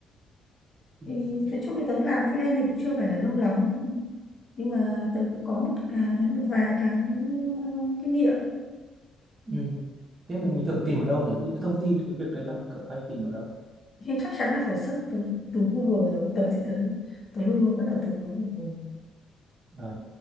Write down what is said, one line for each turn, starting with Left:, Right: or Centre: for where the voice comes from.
Right: ừ.
Left: thì tới chỗ thì tớ làm freelance thì cũng chưa phải là lâu lắm nhưng mà tớ cũng có một cái một vài cái ừ, kinh nghiệm
Right: ừ. thế mình, mình thường tìm ở đâu nhỉ ví dụ cái thông tin cái việc đấy là mình cậu hay tìm ở đâu
Left: thì chắc chắn là phải search từ, từ Google rồi tớ thì tớ tớ luôn luôn bắt đầu từ Google
Right: à,